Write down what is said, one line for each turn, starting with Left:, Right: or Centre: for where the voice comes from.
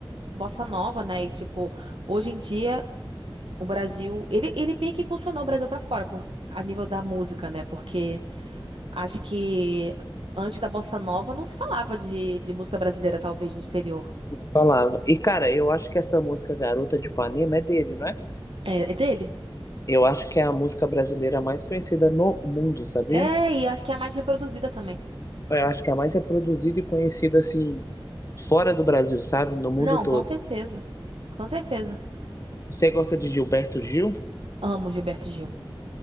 Right: bossa nova, né? E, tipo, hoje em dia, o Brasil. Ele, ele meio que impulsionou o Brasil pra fora, por, a nível da música, né? Porque acho que antes da bossa nova não se falava de, de música brasileira, talvez, no exterior.
Left: Falava. E, cara, eu acho que essa música Garota de Ipanema é dele, não é?
Right: É, é dele?
Left: Eu acho que é a música brasileira mais conhecida no mundo, sabia?
Right: É, e acho que é a mais reproduzida também.
Left: Eu acho que é a mais reproduzida e conhecida, assim, fora do Brasil, sabe? No mundo
Right: Não,
Left: todo.
Right: com certeza. Com certeza.
Left: Você gosta de Gilberto Gil?
Right: Amo Gilberto Gil.